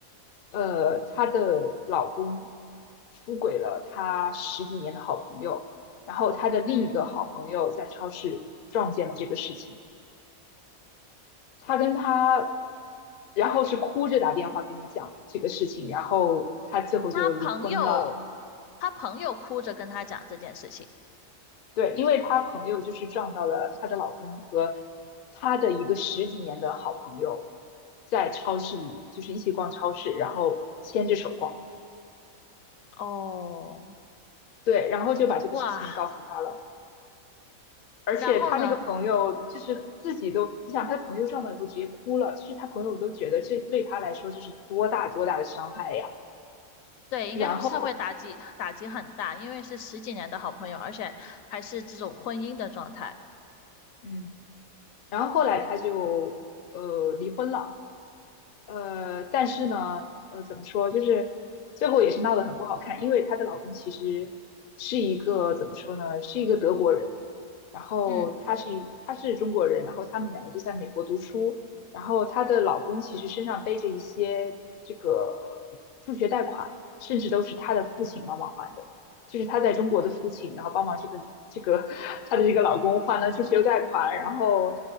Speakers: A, on the left (about 50°); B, on the left (about 70°).
A: 呃，她的老公出轨了她十几年的好朋友。然后他的另一个好朋友在超市撞见了这个事情，
B: 嗯。
A: 他跟他，然后是哭着打电话跟他讲这个事情，然后他最后就离婚了。
B: 他朋友，他朋友哭着跟他讲这件事情，
A: 对，因为他朋友就是撞到了她的老公和她的一个十几年的好朋友，在超市里就是一起逛超市，然后牵着手逛。
B: 哦，
A: 对，然后就把这个事情告诉他了。
B: 哇，
A: 而且他那个朋友就是自己都，
B: 然后呢，
A: 你想他的朋友撞到以后直接哭了，其实他朋友都觉得这对他来说就是多大多大的伤害呀。
B: 对，应该是会打击打击很大，
A: 然后，
B: 因为是十几年的好朋友，而且还是这种婚姻的状态，
A: 嗯，然后后来他就呃离婚了。呃，但是呢，呃，怎么说，就是最后也是闹得很不好看，因为她的老公其实是一个怎么说呢，是一个德国人，然后她是一她是中国人，
B: 嗯，
A: 然后他们两个就在美国读书，然后她的老公其实身上背着一些这个助学贷款，甚至都是她的父亲帮忙还的。就是她在中国的父亲，然后帮忙这个这个她的这个老公还了助学贷款，然后